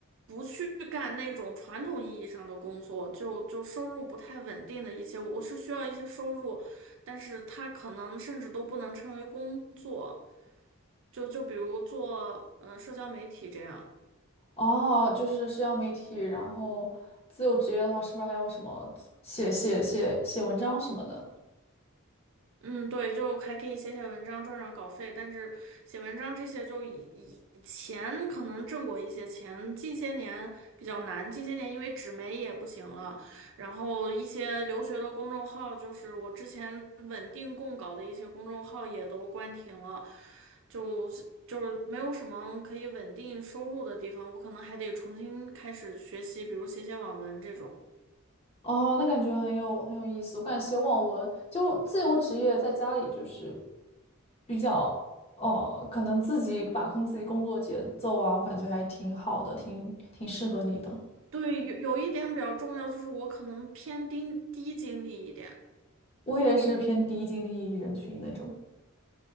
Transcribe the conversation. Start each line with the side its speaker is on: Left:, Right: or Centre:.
Right: 不去干那种传统意义上的工作，就就收入不太稳定的一些，我是需要一些收入，但是它可能甚至都不能称为工作，就就比如做嗯社交媒体这样。
Left: 哦，就是社交媒体，然后自由职业的话，是不是还有什么写写写写文章什么的？
Right: 嗯，对，就还可以写写文章赚赚稿费，但是写文章这些就以以以前可能挣过一些钱，近些年比较难，近些年因为纸媒也不行了，然后一些留学的公众号，就是我之前稳定供稿的一些公众号也都关停了，就是就是没有什么可以稳定收入的地方，我可能还得重新开始学习，比如写写网文这种。
Left: 哦，那感觉很有很有意思。我感觉写网文就自由职业，在家里就是比较呃，可能自己把控自己工作节奏啊，我感觉还挺好的，挺挺适合你的。
Right: 对，有有一点比较重要，就是我可能偏低低精力一点。
Left: 我也是偏低精力人群那种，